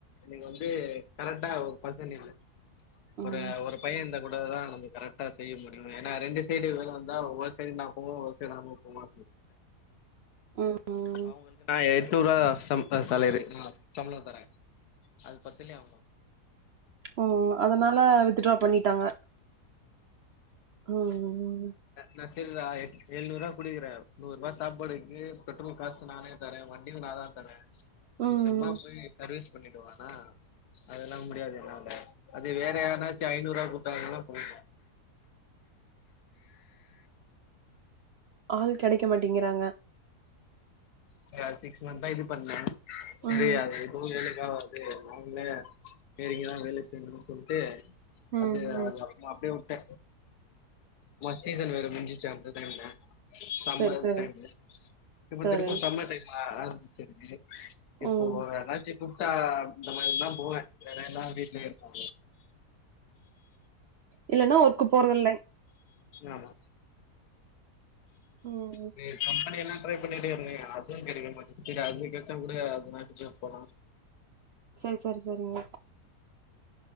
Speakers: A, on the left (about 80°); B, on the right (about 70°).
A: நீங்க வந்து கரெக்டா ஒரு பசன் இல்
B: ம்.
A: ஒரு ஒரு பைய இந்த கூட தா நம கரெக்டா செய்ய முடியு ஏனா ரெண்டு சைடு வேல வந்தா ஒரு சைடு நா போவ ஒரு சைடு அவ போவா
B: ம், ம்.
A: அவுங்களுக்கு நா எ தூறுவா சம்பா சாலரி சம்பள தர அது பத்திலயாம
B: ம் ம் அதனால வித்ட்ரா பண்ணிட்டாங்க ம் ம் ம்
A: நா சரிறா எழுநூறுபா குடுக்குறே நூறு ரூபா சாப்பாடுக்கு பெட்ரோல் காசு நானே தரே வண்டியு நா தா தரே
B: ம்.
A: சும்மா போய் சர்வீஸ் பண்ணிடுவா எனா அதெல்லா முடியாது என்னால அது வேறயாருனாச்சு ஐநூறுவா குடுத்தாங்கன்னா போம்
B: ஆள் கெடைக்க மாட்டேங்கிறாங்க
A: து சிக்ஸ் மந்த் தா இது பண்ணே தெரியாது
B: ம்,
A: ஒவ்வொ வேலைக்கா வந்து வாங்கல செரிங்கல்லா வேல செய்யணும்னு சொல்லிட்டு
B: ம்,
A: அது
B: ம்.
A: அது அப்புமா அப்டியே வுட்டே சீசன் வேற முஞ்சிச்சா அந்த டைம்ல சம்மர்டைம்ல
B: சரி, சரி.
A: இப்ப
B: சரி
A: தெர் சம்மர் டைமா ஆ சரி இப்போனாச்சு
B: ம்
A: கூப்ட்டா இந்த மாரில்லா போவே வேற எதா வீடலய இருப்போ
B: இல்லன்னா ஒர்க் போறதில்ல
A: ஆமா
B: ம்
A: மே க்கம் நானு எல்லா ட்ரை பண்ணிட் டேங்க அதுவு கிடைக்க மாட்டுது அது கச்சா கூட மாட்டு போலா
B: சேரி சேரி சேரிங்க